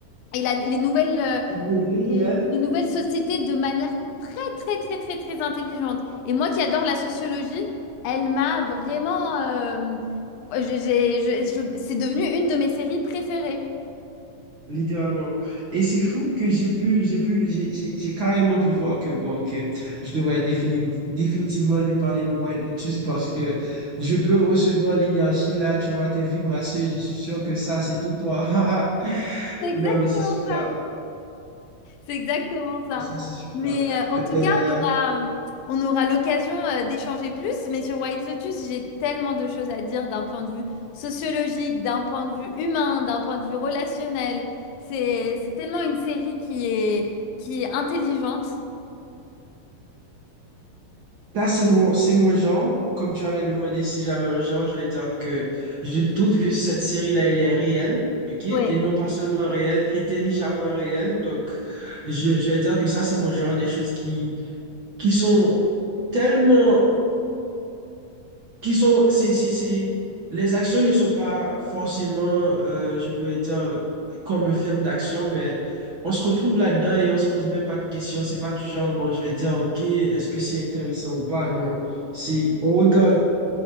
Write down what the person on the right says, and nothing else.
le réel.
Littéralement. Et c'est fou que j'ai pu, j'ai pu, j'ai j'ai- j'ai carrément pu voir que, bon, que je devrais défini- définitivement lui parler de White Lotus parce que je peux recevoir l'énergie là, tu vois, tes vibrations, et je suis sûr que ça, c'est tout toi. <laughs>
Non, mais c'est super.
Ça, c'est super.
Euh,
Ça, c'est mon, c'est mon genre. Comme tu avais demandé si j'avais un genre, je vais dire que je trouve que cette série-là, elle est réelle, ok? Et
non pas seulement réelle, intelligemment réelle. Donc, je, je vais dire que ça, c'est mon genre des choses qui, qui sont tellement qui sont, c'est, c'est, c'est- les actions ne sont pas forcément, euh, je voudrais dire, comme un film d'action, mais on se retrouve là-dedans et on se pose même pas de questions. C'est pas du genre, bon, je vais dire, OK, est-ce que c'est intéressant ou pas? Non. C'est, on regarde